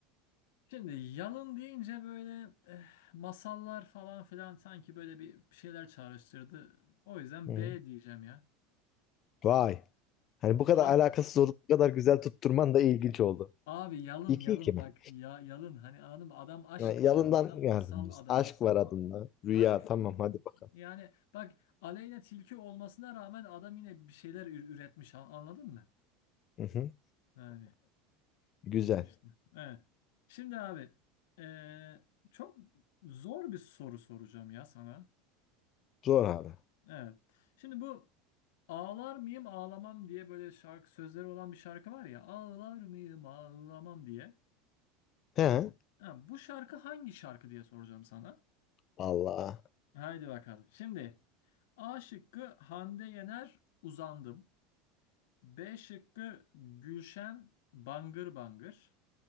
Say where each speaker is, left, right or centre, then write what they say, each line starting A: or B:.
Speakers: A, on the left; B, on the left.
A: Şimdi yalın deyince böyle eh, masallar falan filan sanki böyle bir bir şeyler çağrıştırdı. O yüzden
B: Hı.
A: B diyeceğim ya.
B: Vay. Hani bu kadar
A: Ha,
B: alakasız olup bu kadar güzel tutturman da ilginç oldu.
A: abi yalın
B: İki
A: yalın
B: iki mi?
A: bak ya yalın hani anladın mı? Adam aşk
B: Yani yalından
A: adamı, adam
B: yardımcısın.
A: masal adamı.
B: Aşk var adında. Rüya
A: Tabii canım.
B: tamam hadi bakalım.
A: Yani bak Aleyna tilki olmasına rağmen adam yine bir şeyler ür- üretmiş an- anladın mı?
B: Hı hı.
A: Yani
B: Güzel.
A: işte. Evet. Şimdi abi eee, çok zor bir soru soracağım ya sana.
B: Zor abi.
A: Evet. Şimdi bu ağlar mıyım ağlamam diye böyle şarkı sözleri olan bir şarkı var ya ağlar mıyım ağlamam diye.
B: He.
A: Ha, bu şarkı hangi şarkı diye soracağım sana.
B: Allah.
A: Haydi bakalım. Şimdi A şıkkı Hande Yener uzandım. B şıkkı Gülşen Bangır Bangır.